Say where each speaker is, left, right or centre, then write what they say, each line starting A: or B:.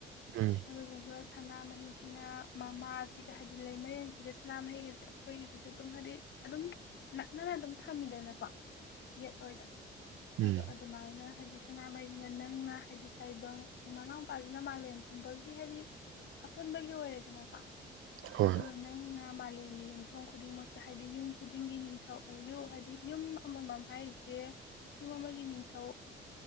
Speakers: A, on the right; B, on the left.
A: ꯎꯝ
B: ꯑꯗꯨꯗꯨꯒ ꯁꯅꯥꯃꯍꯤꯁꯤꯅ ꯃꯃꯥꯁꯤꯒ ꯍꯥꯏꯗꯤ ꯂꯩꯃꯔꯦꯟꯖꯤ ꯁꯤꯒ ꯁꯅꯥꯃꯍꯤꯒꯤꯗꯤ ꯑꯩꯈꯣꯏꯒꯤꯗꯨꯁꯨ ꯑꯗꯨꯝ ꯍꯥꯏꯗꯤ ꯑꯗꯨꯝ ꯅꯛꯅꯅ ꯑꯗꯨꯝ ꯊꯝꯃꯤꯗꯅꯀꯣ ꯌꯦꯠ ꯑꯣꯏꯗ ꯑꯗꯣ
A: ꯎꯝ
B: ꯑꯗꯨꯃꯥꯏꯅ ꯍꯥꯏꯗꯤ ꯁꯅꯥꯃꯍꯤꯅ ꯅꯪꯅ ꯍꯥꯏꯗꯤ ꯇꯥꯏꯕꯪ ꯃꯅꯥꯎ ꯃꯄꯥꯁꯤꯅ ꯃꯥꯂꯦꯝꯒꯨꯝꯕꯒꯤ ꯍꯥꯏꯗꯤ ꯑꯄꯨꯟꯕꯒꯤ ꯑꯣꯏꯔꯦꯗꯅꯀꯣ
A: ꯍꯣꯏ
B: ꯑꯗꯨ ꯅꯪꯅ ꯃꯥꯂꯦꯝꯒꯤ ꯌꯨꯝꯊꯣꯡ ꯈꯨꯗꯤꯡꯃꯛꯇ ꯍꯥꯏꯗꯤ ꯌꯨꯝ ꯈꯨꯗꯤꯡꯒꯤ ꯅꯤꯡꯊꯧ ꯑꯣꯏꯌꯨ ꯍꯥꯏꯗꯤ ꯌꯨꯝ ꯑꯃꯃꯝ ꯍꯥꯏꯔꯤꯁꯦ ꯌꯨꯝ ꯑꯃꯒꯤ ꯅꯤꯡꯊꯧ